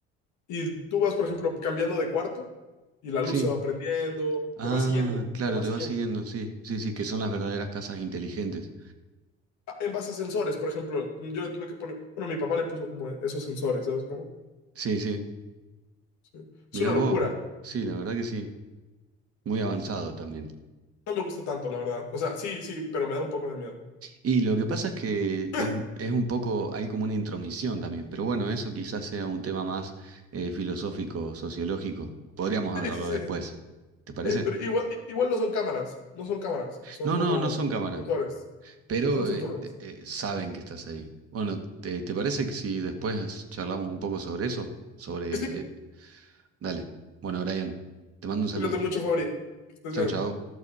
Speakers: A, on the left; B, on the right.
A: Y tú vas, por ejemplo, cambiando de cuarto y la
B: Sí.
A: luz se va prendiendo,
B: Ah,
A: te va siguiendo,
B: claro,
A: te va
B: te
A: siguiendo.
B: va siguiendo, sí, sí, sí, que son las verdaderas casas inteligentes.
A: en base a sensores, por ejemplo, yo le tuve que poner, bueno, mi papá le puso como esos sensores, ¿sabes cómo?
B: Sí, sí.
A: Sí. Es
B: Mirá
A: una
B: vos,
A: locura.
B: sí, la verdad que sí, muy avanzado también.
A: No me gusta tanto, la verdad. O sea, sí, sí, pero me da un poco de miedo.
B: Y lo que pasa es que
A: <laughs>
B: es, es un poco, hay como una intromisión también, pero bueno, eso quizás sea un tema más eh, filosófico, sociológico. Podríamos
A: Sí,
B: hablarlo
A: sí, sí.
B: después, ¿te parece?
A: Eh, pero igual, i- igual no son cámaras, no son cámaras, son
B: No,
A: como
B: no, no son cámaras,
A: sensores,
B: pero
A: son sensores.
B: eh, te- eh, saben que estás ahí. Bueno, ¿te, te parece que si después charlamos un poco sobre eso? Sobre...
A: Sí, sí.
B: Dale. Bueno, Brian, te mando un saludo.
A: Cuídate mucho, Fabri. Que estés
B: Chau,
A: bien.
B: chau.